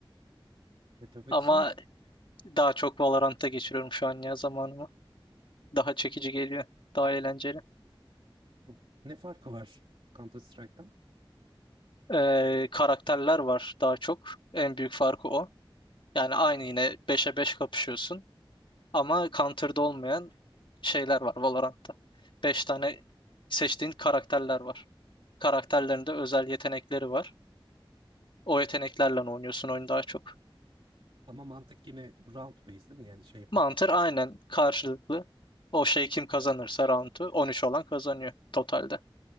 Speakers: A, on the right; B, on the left.
A: Path of Exile.
B: Ama daha çok Valorant'ta geçiriyorum şu an ya zamanımı. Daha çekici geliyor. Daha eğlenceli.
A: Bu Ne farkı var Counter Strike'tan?
B: Ee, karakterler var daha çok. En büyük farkı o. Yani aynı yine beşe 5 kapışıyorsun. Ama Counter'da olmayan şeyler var Valorant'ta. 5 tane seçtiğin karakterler var. Karakterlerinde özel yetenekleri var. O yeteneklerle oynuyorsun oyunu daha çok.
A: Ama mantık yine round based değil mi? Yani şey yapıyorsun.
B: Mantar aynen karşılıklı. O şey kim kazanırsa roundu 13 olan kazanıyor totalde.